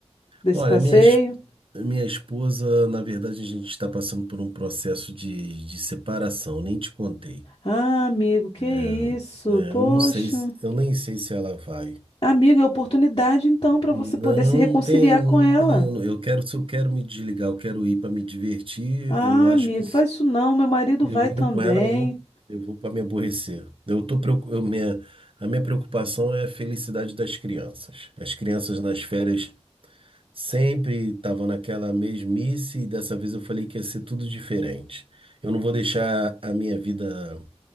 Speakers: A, on the left (about 45°); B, on the right (about 50°).
A: desse
B: olha,
A: passeio?
B: minha, es- minha esposa, na verdade, a gente está passando por um processo de, de separação, nem te contei.
A: Ah, amigo, que
B: É,
A: isso?
B: é,
A: Poxa.
B: eu não sei, se- eu nem sei se ela vai.
A: Amigo, é oportunidade então para
B: Não,
A: você poder se reconciliar
B: não tem, não
A: com ela.
B: tem. Eu não- eu quero, se eu quero me desligar, eu quero ir para me divertir.
A: Ah,
B: Eu acho
A: amigo,
B: que
A: faz isso não, meu marido
B: Eu
A: vai
B: indo
A: também.
B: com ela, eu vou, eu vou para me aborrecer. Eu tô, preocu- eu, minha, a minha preocupação é a felicidade das crianças. As crianças nas férias sempre estavam naquela mesmice e dessa vez eu falei que ia ser tudo diferente. Eu não vou deixar a minha vida